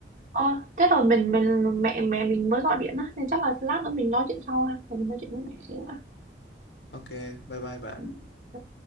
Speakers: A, on the right; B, on the left.
A: ờ, thế rồi mình mình mẹ mẹ mình mới gọi điện á nên chắc là lát nữa mình nói chuyện sau ha rồi mình nói chuyện với mẹ xíu
B: ok bye bye bạn
A: ha